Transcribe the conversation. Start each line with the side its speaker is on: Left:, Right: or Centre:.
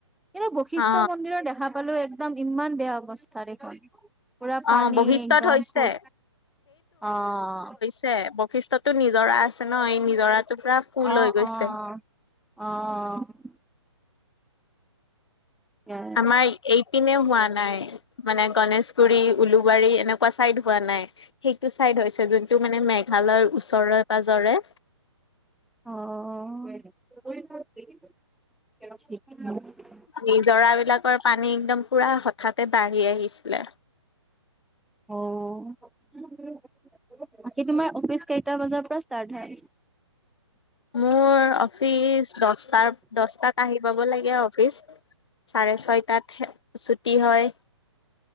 Centre: কিন্তু বৈশিষ্ট
Left: অ
Centre: মন্দিৰৰ দেখা পালো একদম ইমান বেয়া অৱস্থা দেখোন, পোৰা
Left: অ
Centre: পানী
Left: বশিষ্ঠত
Centre: একদম
Left: হৈছে।
Centre: ফুল। অ'।
Left: ছে, বৈশিষ্ঠতো নিজৰা আছে ন, এই নিজৰাটো পোৰা ফুল
Centre: অ
Left: হৈ গৈছে।
Centre: অ অ'। অ
Left: আমাৰ এইপিনে হোৱা নাই। মানে গনেশগুৰি, উলুবাৰী, এনেকুৱা চাইদ হোৱা নাই, সেইটো চাইদ হৈছে যত এইটো মানে মেঘালয়ৰ ওচৰৰে পাজৰে।
Centre: অ', <unintelligible>
Left: নিজৰা বিলাকৰ পানী একদম পোৰা হঠাতে বাঢ়ি আহিছিলে।
Centre: অ'। বাকী তোমাৰ অফিচ কেইটা বজাৰ পৰা ষ্টাৰ্ট হয়?
Left: মোৰ অফিচ, দচটাৰ দচটাত আহি পাব লাগে অফিচ, চাৰে ছয়টাত শে ছুটি হয়।